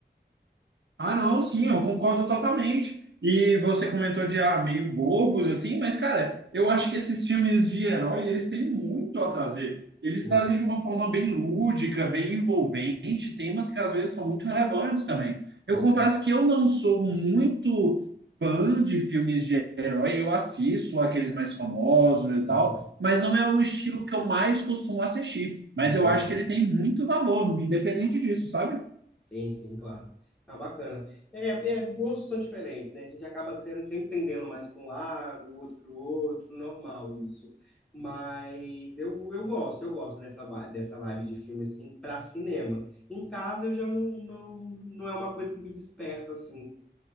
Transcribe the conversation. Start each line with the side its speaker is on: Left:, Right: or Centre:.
Right: Ah, não, sim, eu concordo totalmente. E você comentou de ah, meio bobos, assim, mas, cara, eu acho que esses filmes de herói, eles têm muito a trazer. Eles
Centre: Muito.
Right: trazem de uma forma bem lúdica, bem envolvente, temas que às vezes são muito relevantes também. Eu
Centre: Pois
Right: confesso
Centre: é,
Right: que eu não sou muito fã de filmes de herói, eu assisto aqueles mais famosos e
Centre: entendi.
Right: tal, mas não é o estilo que eu mais costumo assistir. Mas
Centre: Entendi.
Right: eu acho que ele tem muito valor, independente disso, sabe?
Centre: Sim, sim, claro. Ah, bacana. É, é, é, gostos são diferentes, né? A gente acaba sendo sempre tendendo mais para um lado, o outro para o outro, normal isso. Mas eu, eu gosto, eu gosto dessa vibe, dessa vibe de filme assim para cinema. Em casa eu já não, não, não é uma coisa que me desperta assim.